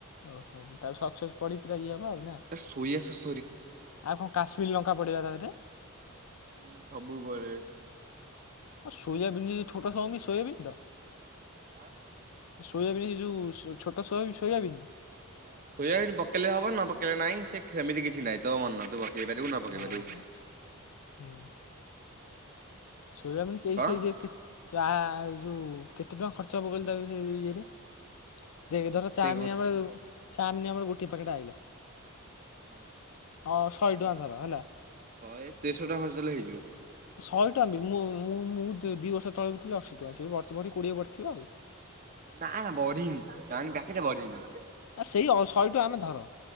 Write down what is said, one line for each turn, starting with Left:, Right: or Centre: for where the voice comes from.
Left: ଓହୋ ତା ସକ୍ସ୍ ଫକ୍ସ୍ ପଡ଼ି ପୁରା ଇଏ ହବ ଆଉ ନା?
Right: ସୋୟାସସ୍
Left: ଆଉ କଣ କାଶ୍ମୀର ଲଙ୍କା ପଡିବା ତାଥିରେ
Right: ହୁଁ ସବୁ ପଡେ।
Left: ଆ ସୋୟାବିନ ଛୋଟ ଚାଓମିନ୍ ସୋୟାବିନ ତ
Right: ଆଁ।
Left: ସୋୟାବିନ୍ ଏ ଯୋଉ ଛୋଟ ସୋୟାବିନି ସୋୟାବିନି?
Right: ହଁ ସୋୟାବିନ୍ ପକେଇଲେ ହବ ନ ପକେଇଲେ ନାହିଁ ସେମିତି କିଛି ନାହିଁ ତୋ ମନ ତୁ ପକେଇ ପାରିବୁ ନ ପକେଇ
Left: ହୋଉ
Right: ପାରିବୁ।
Left: ହୁଁ। ସୋୟାବିନ୍ ସେଇ
Right: କଣ
Left: ସେଇ ଦେଖେ ଜା ଏଇ ଯୋଉ କେତେ ଟଙ୍କା ଖର୍ଚ୍ଚ ହେବ କହିଲୁ ତା ଭିତ ଇଏରେ ଦେଖେ ଧର
Right: କେତେ
Left: ଚାଉମିନ୍
Right: ଖ ହଁ
Left: ଆମର ଚାଉମିନ୍ ଆମର ଗୋଟିଏ ପ୍ୟାକେଟ୍ ଆଇଲା।
Right: ଶହେ ଟଙ୍କା
Left: ଅ
Right: ଶହେ ଦେଢ଼
Left: ଟଙ୍କା ଧର ହେଲା
Right: ଶହ ଟଙ୍କା ଖର୍ଚ୍ଚ କରିଦେଲେ ହେଇଯିବ।
Left: ଶହେ ଟଙ୍କା ବି ମୁଁ ମୁଁ ମୁଁ ଦି ଦିଇ ବର୍ଷ ତଳେ ବୁଝି ଥିଲି ଅଶୀ ଟଙ୍କା ସେବଢ଼ି ଥିବଯଦି ବଢ଼ିଥିବ କୋଡିଏ ବଢିଥିବ ଆଉ।
Right: ନା ନା ବଢିଇନି ତା ପ୍ୟାକେଟା ବଢିଇନି।
Left: ଆ ସେଇ ଶହେ ଟଙ୍କା ଆମେ ଧର